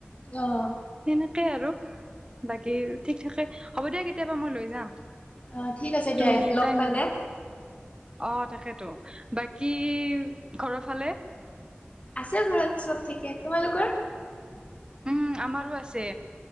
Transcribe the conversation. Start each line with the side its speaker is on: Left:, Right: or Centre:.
Left: অ',
Right: সেনেকাই আৰু। বাকী ঠিক থাকে হ'ব দিয়া কেতিয়াবা মই লৈ যাম
Left: অ', ঠিক আছে দিয়া
Right: তুমি এটাই
Left: লগ পালে
Right: মিল অ', তাকেটো। বাকী ঘৰৰ ফালে
Left: আছে ঘৰত চব ঠিকে, তোমালোকৰ?
Right: উম আমাৰো আছে।